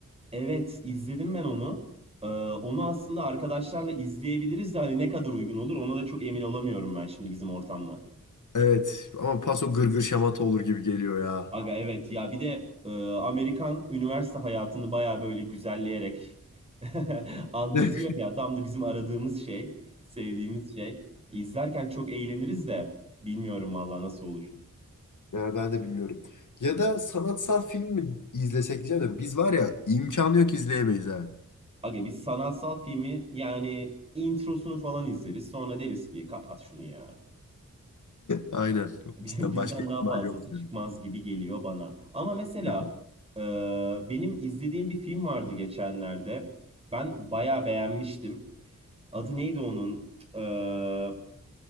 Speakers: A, on the right; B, on the left.
A: Evet izledim ben onu. Ee, onu aslında arkadaşlarla izleyebiliriz de hani ne kadar uygun olur ona da çok emin olamıyorum ben şimdi bizim ortamda.
B: Evet ama paso gırgır şamata olur gibi geliyor ya.
A: Aga evet ya bir de e, Amerikan üniversite hayatını baya böyle güzelleyerek <laughs> anlatıyor
B: <laughs>
A: ya tam da bizim aradığımız şey, sevdiğimiz şey. İzlerken çok eğleniriz de bilmiyorum vallahi nasıl olur.
B: Ya ben de bilmiyorum. Ya da sanatsal film mi izlesek diyeceğim de biz var ya imkanı yok izleyemeyiz ha.
A: Aga biz sanatsal filmi yani introsunu falan izleriz sonra deriz ki kapat şunu ya.
B: Aynen.
A: <laughs>
B: Cidden
A: Bizden
B: başka ihtimal
A: daha fazlası
B: yok
A: çıkmaz
B: yani.
A: gibi geliyor bana. Ama mesela
B: Şaka.
A: e, benim izlediğim bir film vardı geçenlerde. Ben bayağı beğenmiştim. Adı neydi onun? Ee,